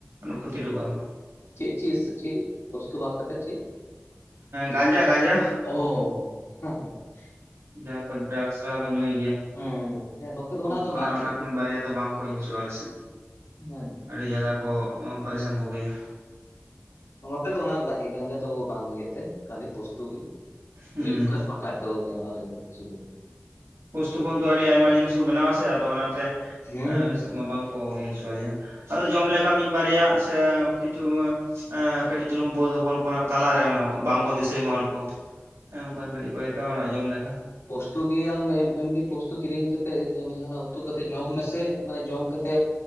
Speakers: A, on the right; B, on the left.
A: ᱠᱷᱚᱛᱤ ᱦᱚᱴᱚ ᱠᱟᱜᱼᱟ ᱠᱚ
B: ᱪᱤᱜ ᱪᱤᱥ ᱪᱤᱜ ᱯᱚᱥᱛᱳ ᱵᱟᱛ ᱠᱟᱛᱮᱜ ᱪᱮᱜ <inaudible>
A: ᱜᱟᱸᱡᱟ ᱜᱟᱸᱡᱟ ᱡᱟᱦᱟᱸ ᱠᱚ ᱰᱨᱟᱠᱥ ᱠᱚ ᱧᱩᱭ ᱜᱮᱭᱟ
B: ᱦᱮᱸ ᱦᱮᱸ ᱱᱚᱛᱮ ᱫᱚ
A: ᱦᱩ
B: ᱫᱚ
A: ᱚᱱᱟ
B: ᱵᱟᱝ
A: ᱚᱱᱟᱠᱤᱱ ᱵᱟᱨᱭᱟ ᱫᱚ ᱵᱟᱝᱠᱚ ᱤᱭᱟᱹ ᱦᱚᱪᱚᱜᱼᱟ ᱟᱞᱮ ᱥᱮᱜ
B: ᱦᱮᱸ
A: ᱟᱹᱰᱤ ᱡᱟᱭᱜᱟ ᱠᱚ ᱯᱟᱨᱤᱥᱟᱱ ᱠᱚᱜᱮᱭᱟ
B: ᱱᱚᱛᱮ ᱫᱚ ᱚᱱᱟ ᱜᱟᱸᱡᱟ ᱫᱚ ᱵᱟᱝ ᱤᱭᱟᱹᱜ ᱛᱮ ᱠᱷᱟᱹᱞᱤ ᱯᱚᱥᱛᱳ ᱜᱤ
A: ᱦᱩᱸ
B: ᱦᱩᱭᱩᱜ ᱠᱷᱟᱡ ᱵᱟᱠᱷᱟᱡ ᱫᱚ ᱮᱢᱟᱨ ᱮᱢᱱᱤ ᱠᱤᱪᱷᱩ ᱫᱚ ᱵᱟᱝ
A: ᱯᱩᱥᱛᱩ ᱠᱷᱚᱱ ᱛᱚ ᱟᱹᱰᱤ ᱟᱭᱢᱟ ᱡᱤᱱᱤᱥ ᱠᱚ ᱵᱮᱱᱟᱣᱟ ᱥᱮ ᱟᱫᱚ ᱚᱱᱟᱛᱮ
B: ᱦᱩᱸ
A: ᱟᱞᱮᱥᱮᱫ ᱢᱟ ᱵᱟᱝ ᱠᱚ ᱤᱭᱟᱹ ᱦᱚᱪᱚ ᱟᱞᱮᱭᱮ ᱟᱫᱚ ᱡᱚᱢ ᱞᱮᱠᱟ ᱢᱤᱫ ᱵᱟᱨᱭᱟ ᱥᱮ ᱠᱤᱪᱷᱩ ᱠᱟᱹᱴᱤᱡ ᱪᱩᱞᱩᱝ ᱵᱟᱹᱫ ᱦᱚᱯᱚᱱ ᱦᱚᱯᱚᱱᱟᱜ ᱛᱟᱞᱟᱨᱮ ᱚᱱᱟ ᱦᱚᱸ ᱵᱟᱝᱠᱚ ᱫᱤᱥᱟᱹᱭᱢᱟ ᱦᱚᱲ ᱠᱚ ᱦᱮᱸ ᱚᱱᱠᱟᱱ ᱠᱟᱹᱴᱤᱡ ᱠᱚ ᱮᱢᱟᱭ ᱟᱲᱟᱜ ᱡᱚᱢ ᱞᱮᱠᱟ
B: ᱯᱚᱥᱛᱩ ᱜᱤ ᱟᱢ ᱮᱢᱱᱤ ᱯᱚᱥᱛᱩ ᱠᱤᱨᱤᱧ ᱠᱟᱛᱮᱜ ᱡᱟᱦᱟᱱᱟᱜ ᱩᱛᱩ ᱠᱟᱛᱮ ᱡᱚᱢ ᱢᱮᱥ ᱥᱮ ᱢᱟᱱᱮ ᱡᱚᱢ ᱠᱟᱛᱮ